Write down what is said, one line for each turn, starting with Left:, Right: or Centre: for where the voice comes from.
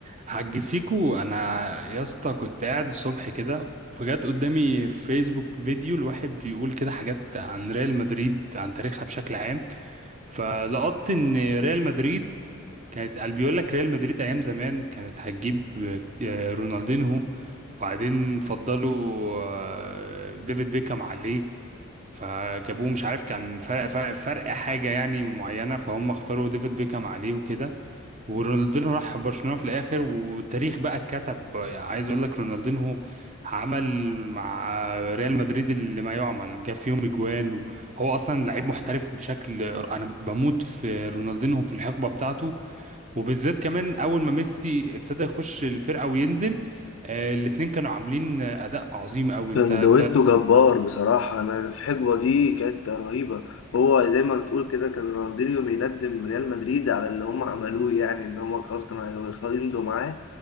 Right: حاج سيكو انا يا اسطى كنت قاعد الصبح كده فجأة قدامي في فيسبوك فيديو الواحد بيقول كده حاجات عن ريال مدريد عن تاريخها بشكل عام فلقطت ان ريال مدريد كانت قال بيقول لك ريال مدريد ايام زمان كانت هتجيب آه، رونالدينهو وبعدين فضلوا آه، ديفيد بيكهام عليه فجابوه مش عارف كان فرق فرق فرق حاجة يعني معينة فهم اختاروا ديفيد بيكهام عليه وكده ورونالدينو راح برشلونة في الآخر والتاريخ بقى اتكتب يعني عايز أقول لك رونالدينو عمل مع ريال مدريد اللي ما يعمل جاب فيهم اجوان وهو أصلا لعيب محترف بشكل أنا بموت في رونالدينو في الحقبة بتاعته وبالذات كمان أول ما ميسي ابتدى يخش الفرقة وينزل آه، الاتنين كانوا عاملين أداء عظيم أوي
Left: كان
Right: أنت
Left: دويتو جبار بصراحة أنا في الحقبة دي كانت رهيبة هو زي ما بتقول كده كان رونالدينيو بيندم ريال مدريد على اللي هم عملوه يعني إن هم خلاص كانوا هيمضوا معاه